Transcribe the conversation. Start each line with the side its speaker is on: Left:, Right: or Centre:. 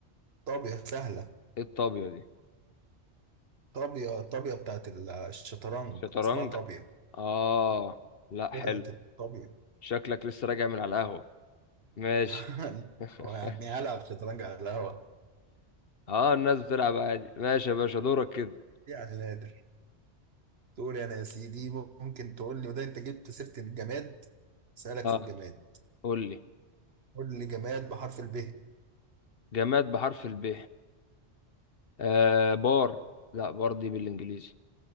Right: طابية سهلة
Left: ايه الطابية دي
Right: طابية طابية بتاعت الشطرنج
Left: شطرنج
Right: اسمها طابية
Left: اه لا
Right: بتاعت
Left: حلو
Right: الطابية
Left: شكلك لسه راجع من على القهوة ماشي
Right: <laughs>
Left: <laughs>
Right: هو يعني هلعب شطرنج على القهوة
Left: اه الناس بتلعب عادي ماشي يا باشا دورك كده
Right: يعني نادر تقول أنا يا سيدي ممكن تقول لي وده أنت جبت سيرة الجماد سألك
Left: اه
Right: في الجماد
Left: قول لي
Right: قول لي جماد بحرف الب <laughs>
Left: جماد بحرف الب آه بار لا بار دي بالانجليزي